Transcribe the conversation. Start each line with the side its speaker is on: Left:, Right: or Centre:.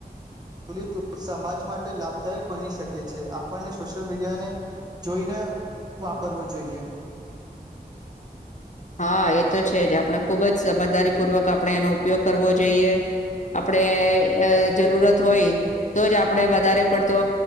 Right: લીત સમાજ માટે લાભદાયક બની શકે છે. આપણને સોશિયલ મીડિયાને જોઈને વાપરવું જોઈએ.
Left: હા એ તો છે જ આપણે ખુબ જ સમજદારીપૂર્વક આપણે એનો ઉપયોગ કરવો જોઈએ આપડે જરૂરત હોય તો જ આપણેે વધારે પડતો